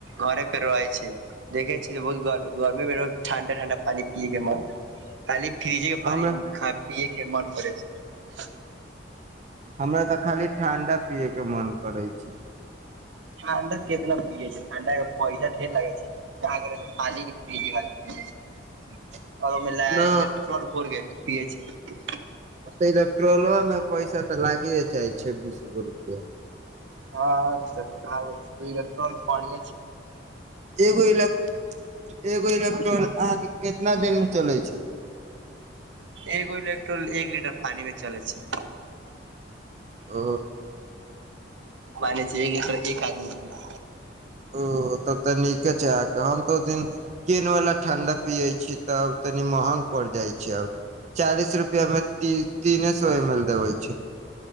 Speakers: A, on the right; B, on the right.
A: घरे पे रहै छी देखै बहुत ग गरमे ठण्डा ठण्डा हे न पानी पीएके मन खाली फ्रिजे
B: हमरा
A: पानि ख पीए ख मन कर छै
B: हमरा तऽ खाली ठण्डा पियैके मन करै छै
A: वेंडर केितना पिये छै ठंडा के पैसा ढेर लागे छै क करे छै पानी के फ्रिजी पिये छै
B: <inaudible>
A: ओर मिला ई
B: ना
A: के ओहिमे इलेक्ट्रोल घोरकए पिय छै
B: ओतै त ट्रोलोमे पैसा तऽ लागिए चाही छब्बीस गो रुपैआ
A: हँ तकबै छै इलेकटोर भढ़िय छै
B: एगो ल एगो एलेत्रो कितना दिन मे चलै छै
A: एकगो इल्ट्रोल एक लीटर पानीमे चल छै
B: ओ
A: मान छै एक लीटर एक आदमीप
B: ओ ओ तब तऽ नीके छै अहाँ के हम तऽ ओ दिन केन वाला ठं्डा पिये छी त तनि महंग पड़ जाइ छै आब चालीस रुपआ मे तीने सो एम एल देबे छै